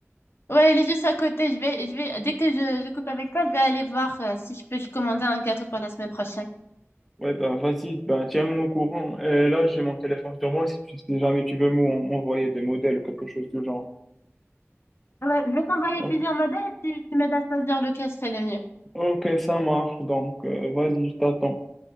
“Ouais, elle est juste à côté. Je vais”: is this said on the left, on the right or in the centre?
Left